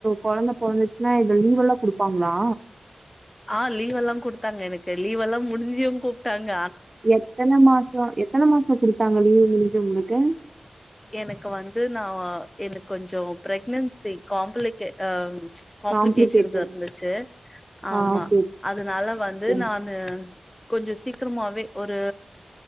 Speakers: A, on the right; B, on the left.
A: குழந்தை பொழந்துச்சுன்னா இது லீவ் எல்லாம் குடுப்பாங்களா
B: ஆஹ் லீவ் எல்லாம் கொடுத்தாங்க எனக்கு லீவ் எல்லாம் முடிஞ்சும் கூப்பிட்டாங்க
A: எத்தன மாசம் எத்தன மாசம் கொடுத்தாங்க லீவு முஞ்ச உங்களுக்கு க
B: எனக்கு வந்து நா எனக்கு கொஞ்சம் பிரேக்னன்சி காம் பில்க்கே அஹ் காம்ப்ளிகேஷன்ஸ்
A: காம்ப்ளிகேட்டட்
B: இருந்துச்சு ஆமா
A: ஆ ஓகே
B: அதனால வந்து
A: ஓகே
B: நானு கொஞ்சம் சீக்கிரமாவே ஒரு